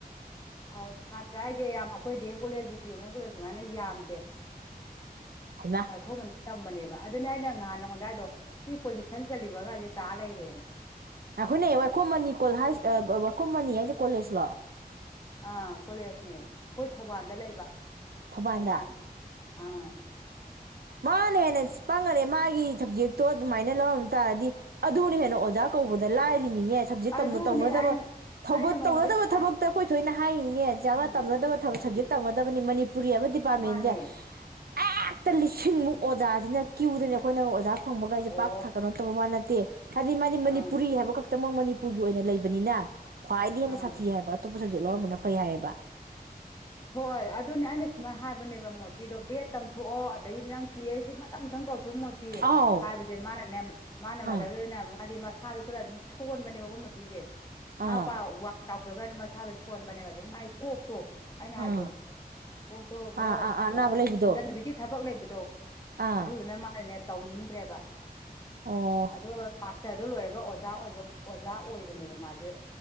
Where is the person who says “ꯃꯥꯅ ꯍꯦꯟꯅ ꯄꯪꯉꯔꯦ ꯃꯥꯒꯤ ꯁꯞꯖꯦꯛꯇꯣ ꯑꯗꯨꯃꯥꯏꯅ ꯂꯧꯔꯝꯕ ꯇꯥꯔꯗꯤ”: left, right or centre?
Right